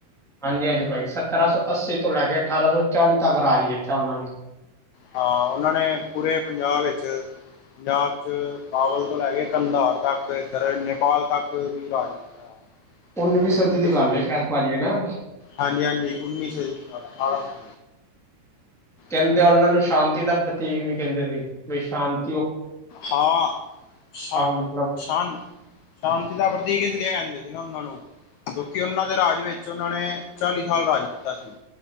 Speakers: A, in the centre; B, on the left (about 85°).
A: ਹਾਂਜੀ-ਹਾਂਜੀ ਭਾਜੀ ਸੱਤਰਾ-ਸੌ ਅੱਸੀ ਤੋਂ ਲੈਕੇ, ਅਠਾਰਾਂ-ਸੌ ਚਾਲੀ ਤੱਕ ਰਾਜ ਕੀਤਾ ਉਹਨਾਂ ਨੇ।
B: ਹਾਂ, ਉਹਨਾਂ ਨੇ ਪੂਰੇ ਪੰਜਾਬ ਵਿੱਚ, ਪੰਜਾਬ 'ਚ ਬਾਵਲ ਤੋਂ ਲੈਕੇ ਕੰਧਾੜ ਤੱਕ ਏਧਰ, ਨੇਪਾਲ ਤੱਕ ਵੀ ਰਾਜ ਕੀਤਾ।
A: ਉੱਨਵੀਂ
B: ਜੰਮੂ
A: ਸਦੀ ਦੀ
B: ਕਸ਼ਮੀਰ,
A: ਗੱਲ ਹੈ ਸ਼ਾਇਦ ਭਾਜੀ ਹਨਾ
B: ਹਾਂਜੀ-ਹਾਂਜੀ, ਉੱਨੀ ਸੌ ਅਠਾਰਾਂ ਸੌ
A: ਕਹਿੰਦੇ
B: ਹਾਂਜੀ
A: ਉਹਨਾਂ
B: ਹਾਂਜੀ
A: ਨੂੰ ਸ਼ਾਂਤੀ ਦਾ ਪ੍ਰਤੀਕ ਵੀ ਕਹਿੰਦੇ ਸੀ, ਬਈ ਸ਼ਾਂਤ
B: ਹਾ, ਸ਼ਾ,
A: ਮਤਲਬ
B: ਛਾਨ ਸ਼ਾਂਤੀ ਦਾ ਪ੍ਰਤੀਕ ਇਸ ਲੀਏ ਕਹਿੰਦੇ ਸੀ ਨਾ, ਉਹਨਾਂ ਨੂੰ। ਕਿਉਂਕਿ ਉਹਨਾਂ ਦੇ ਰ੍ਹਾਜ ਵਿੱਚ ਉਹਨਾਂ ਨੇ, ਚਾਲੀ ਸਾਲ ਰ੍ਹਾਜ ਕੀਤਾ ਸੀ।